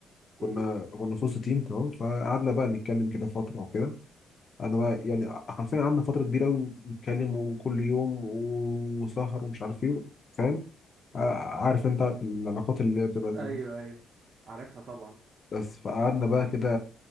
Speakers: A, on the left (about 40°); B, on the right (about 50°).
A: كنا
B: امم
A: كنا في وسط تيم تمام فقعدنا بقى نتكلم كده فتره وكده انا بقى يعني حرفيا قعدنا فتره كبيره قوي نتكلم وكل يوم و- وسهر ومش عارف ايه فاهم ع- عارف انت العلاقات اللي بتبقى زي
B: ايوه
A: دي.
B: ايوه عارفها طبعا
A: بس فقعدنا بقى كده